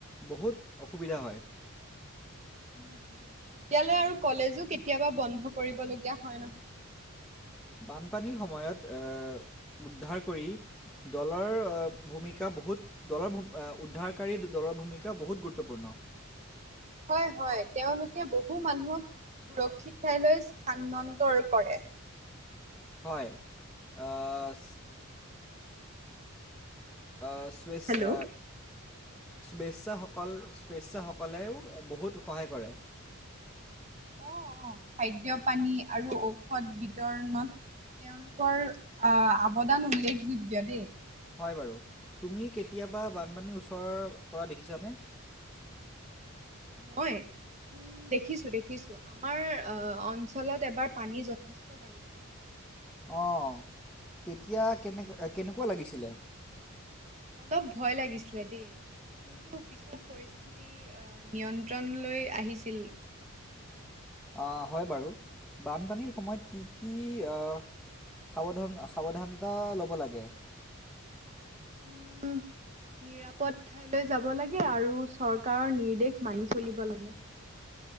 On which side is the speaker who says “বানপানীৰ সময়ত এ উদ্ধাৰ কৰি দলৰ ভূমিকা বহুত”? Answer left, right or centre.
Centre